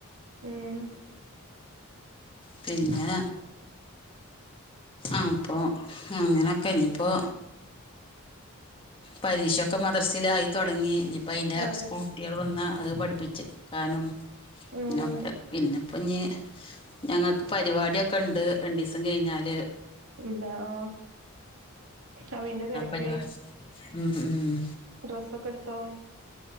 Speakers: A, on the right (about 75°); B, on the left (about 25°).
A: എാ
B: പിന്നെ. ആപ്പോ അങ്ങനൊക്കെ ഞ്ഞിപ്പോ. പരീക്ഷൊക്കെ മദ്രസിലായി തൊടങ്ങി ഇ്ഞിയിപ്പോ അയിന്റെ
A: അതെ
B: സ്കൂൾ. കുട്യാള് വന്ന അഹ് പഠിപ്പിച്ക്കാനും
A: ഉം
B: ഇതിനൊക്കെ പിന്നെപ്പൊഞ്ഞ്. ഞങ്ങക്ക് പരിവാടിഒക്കെണ്ട് രണ്ടിസം കഴിഞ്ഞാല്.
A: ണ്ടാ ആഹാ അപയിൻ്റെ തിരക്
B: <unintelligible> ഹും ഹും
A: ഡ്രസ് ഒക്കെ ഇട്ത്തോ.